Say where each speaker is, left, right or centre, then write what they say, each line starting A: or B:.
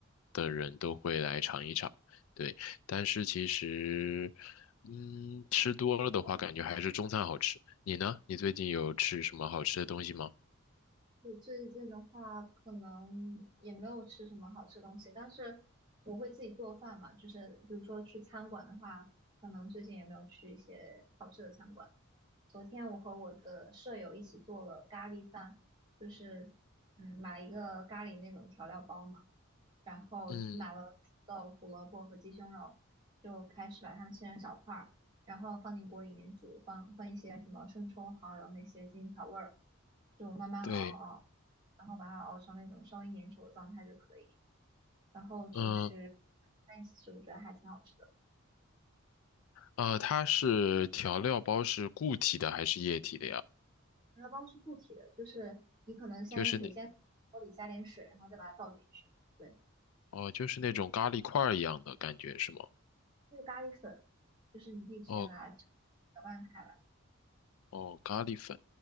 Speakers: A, on the left; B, on the right.
A: 的人都会来尝一尝。对，但是其实，嗯，吃多了的话，感觉还是中餐好吃。你呢？你最近有吃什么好吃的东西吗？
B: 我最近的话可能也没有吃什么好吃的东西，但是我会自己做饭嘛，就是比如说去餐馆的话，可能最近也没有去一些好吃的餐馆。昨天我和我的舍友一起做了咖喱饭，就是嗯买了一个咖喱那种调料包嘛。然后买了土豆、
A: 嗯，
B: 胡萝卜和鸡胸肉，就开始把它们切成小块儿，然后放进锅里面煮，放放一些什么生抽、蚝油那些进行调味儿，就慢慢熬熬，
A: 对。
B: 然后把它熬成那种稍微粘稠的状态就可以。然后就是
A: 嗯
B: 在一起吃，我觉得还挺好吃的。
A: 呃，它是调料包是固体的还是液体的呀？
B: 它包是固体的，就是你可能先得先锅里加点水，
A: 就是那
B: 然后再把它倒进去。对，
A: 哦，就是那种咖喱块儿一样的感觉是吗？
B: 这是咖喱粉，就是你可以直接把它搅
A: 哦
B: 拌开来。
A: 哦，咖喱粉，